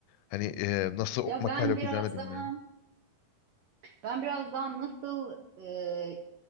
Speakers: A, on the left; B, on the right.
A: Hani e, nasıl o-
B: Ya
A: makale
B: ben
A: okuyacağını
B: biraz
A: bilmiyor.
B: daha, ben biraz daha nasıl e,